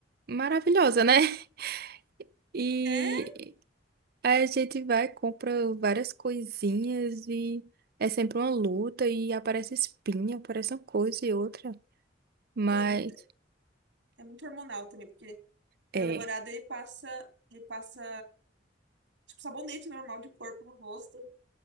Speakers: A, on the right; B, on the right.
A: maravilhosa, né? <laughs> E
B: É,
A: a gente vai, compra várias coisinhas e é sempre uma luta e aparece espinha, aparece uma coisa e outra. Mas
B: então é muito, é muito hormonal também, porque.
A: é.
B: Meu namorado, ele passa, ele passa, tipo, sabonete normal de corpo no rosto.